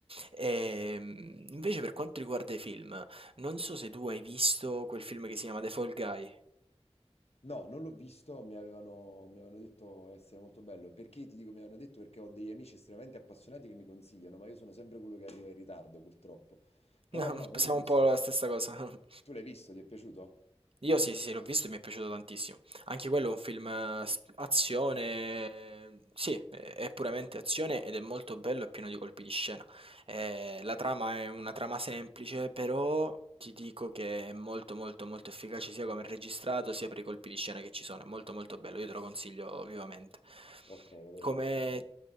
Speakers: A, on the right (about 60°); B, on the left (about 70°).
A: Ehm, invece per quanto riguarda i film, non so se tu hai visto quel film che si chiama The Fall Guy.
B: No, non l'ho visto, mi avevano, mi avevano detto essere molto bello. Perché ti dico mi avevano detto? Perché ho degli amici estremamente appassionati che mi consigliano, ma io sono sempre quello che arriva in ritardo, purtroppo. Però
A: <laughs>
B: no, non
A: Siamo
B: l'ho visto.
A: un po' la stessa cosa. <laughs>
B: Tu l'hai visto? Ti è piaciuto?
A: Io sì, sì, sì, l'ho visto e mi è piaciuto tantissimo. Anche quello è un film eh, s- azione, sì, è è puramente azione ed è molto bello e pieno di colpi di scena. Ehm, la trama è una trama semplice, però ti dico che è molto, molto, molto efficace sia come è registrato, sia per i colpi di scena che ci sono. È molto, molto bello, io te lo consiglio vivamente.
B: Ok, allora
A: Come,
B: questo...